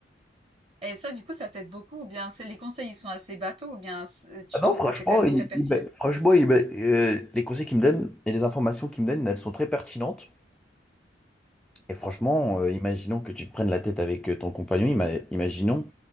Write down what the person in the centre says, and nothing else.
Ah non,
franchement,
il-
il m'a- franchement, il m'a- euh, les conseils qu'il me donne et les informations qu'il me donne, elles sont très pertinentes. Et franchement, euh, imaginons que tu te prennes la tête avec euh, ton compagnon, ima- imaginons.